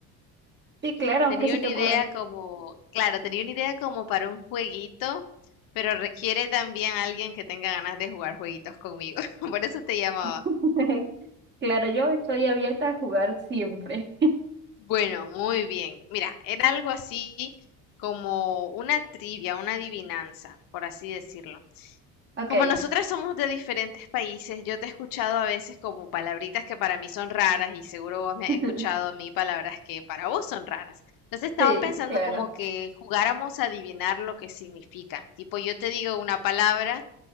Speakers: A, on the right; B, on the left.
A: sí, claro,
B: Tenía
A: ¿qué se
B: una
A: te ocurre?
B: idea como, claro, tenía una idea como para un jueguito, pero requiere también alguien que tenga ganas de jugar jueguitos conmigo. <laughs> Por eso te llamaba.
A: <laughs> Claro, yo estoy abierta a jugar siempre.
B: Bueno, muy bien. Mira, era algo así como una trivia, una adivinanza, por así decirlo.
A: Ok,
B: Como nosotras somos de diferentes países, yo te he escuchado a veces como palabritas que para mí son raras y seguro vos me
A: <laughs>
B: has escuchado a mí palabras que para vos son raras. Entonces estaba
A: sí,
B: pensando
A: claro.
B: como que jugáramos a adivinar lo que significan. Tipo, yo te digo una palabra